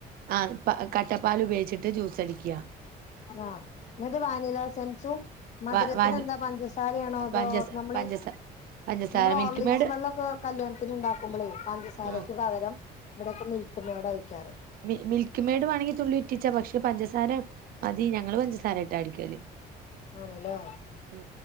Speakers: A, on the right; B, on the left.
A: ആ പ കട്ടപ്പാല് ഉപയോഗിച്ചിട്ട് ജ്യുസടിക്ക
B: ആ ന്നിട്ട് വാനില എസൻസും മധുരത്തിന്
A: വ വാനി
B: എന്താ പഞ്ചസാരയാണോ അതോ
A: പഞ്ചസ
B: നമ്മള്
A: പഞ്ചസ പഞ്ചസാര
B: നമ്മൾ
A: മിൽക്ക്
B: ഓർലിക്സ്
A: മേഡ്
B: വെള്ളമൊക്കെ കല്യാണത്തിന് ഇണ്ടാക്കുമ്പളേ പഞ്ചസാരക്ക്
A: ആഹ്
B: പകരം ഇവിടൊക്കെ മിൽക്കുമേഡ ഒഴിക്കാറ്
A: മി മിൽക്ക്മേഡ് വേണെങ്കി തുള്ളി ഉറ്റീച്ചാ പക്ഷെ പഞ്ചസാര മതി ഞങ്ങള് പഞ്ചസാര ഇട്ടാ അടിക്കല്
B: ആണല്ലേ
A: ഉ